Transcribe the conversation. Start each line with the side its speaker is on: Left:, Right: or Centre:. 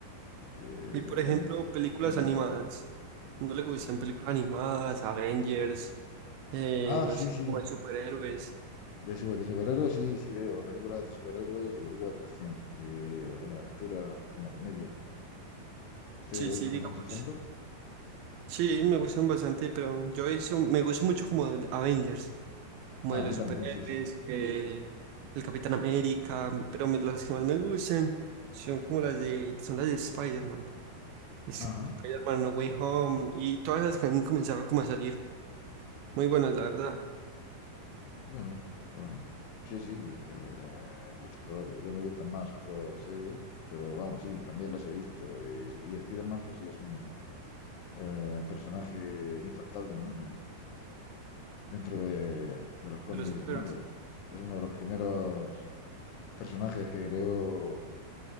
Left: que
Right: Y por
Left: realmente
Right: ejemplo, películas
Left: yo no
Right: animadas.
Left: las conocía.
Right: ¿No le gustan
Left: Pero-
Right: películas animadas, Avengers, eh,
Left: Ah,
Right: no
Left: sí,
Right: sé,
Left: sí,
Right: como
Left: sí.
Right: de superhéroes?
Left: de, su- de superhéroes, sí, sí, veo películas de superhéroes y películas de acción, y alguna aventura, alguna comedia. ¿A ustedes
Right: Sí,
Left: les gustan
Right: sí, digamos.
Left: también esos géneros?
Right: Sí, me gustan bastante, pero yo eso, me gusta mucho como el Avengers. como
Left: Ah,
Right: de
Left: a
Right: los
Left: mí
Right: superhéroes,
Left: también, sí, sí.
Right: que el Capitán América, pero me- las que más me gustan son como las de, son las de Spider-Man, Es-
Left: Ajá,
Right: Spider-Man No Way Home, y todas las que han comenzado como a salir, muy buenas, la verdad,
Left: bueno, bueno. Sí, sí, que, eh, gustos colores. Yo me gustan más otros héroes, pero vamos, sí, también los he visto. Y, y Spider-Man, pues sí, es un eh, personaje infaltable, ¿no? dentro de, de los cómics
Right: de los superhéroes,
Left: Marvel. Es uno de los primeros personajes que creó